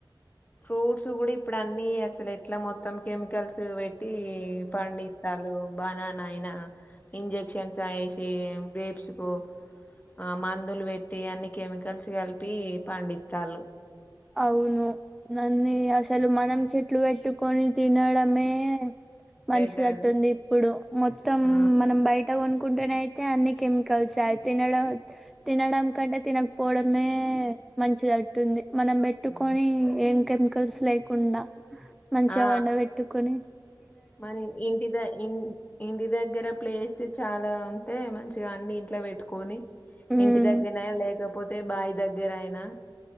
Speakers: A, on the left; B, in the centre.
A: ఫ్రూట్స్ కూడా ఇప్పుడు, అన్ని అసలు ఎట్లా మొత్తం కెమికల్స్ పెట్టి ఈ పండితళ్లు బన్నానా అయినా ఇంజక్షన్స్ఆ ఏష్ ఎం గ్రేప్స్ కు ఆ మందులు పెట్టి అన్ని కెమికల్స్ కలిపి పండితలు
B: అవును నన్నీ అసలు మనం చేట్ ఎట్లు పెట్టుకొని తినడమే మంచిదట్టుంది,
A: బెటర్
B: ఇప్పుడు మొత్తం
A: ఆ
B: మనం బయట కొను కుంటేనే అయితే అన్ని కెమికల్స్ ఎ అయి తినడం తినడం కంటే తినకు పోవడమే మంచిదట్టుంది మనం పెట్టుకొని
A: ఉమ్.
B: ఏంకె కెమికల్స్ లేకుండా, మంచిగా
A: ఆ
B: పండ పెట్టుకొని,
A: మన ఇంటి ద ఇంటి దగ్గర ప్లేస్ చాలా ఉంటే మంచి, ఇగ అన్ని ఇంట్లో పెట్టుకొని
B: ఉమ్
A: ఇంటి దగ్గరయినా లేకపోతే బాయి దగ్గరయినా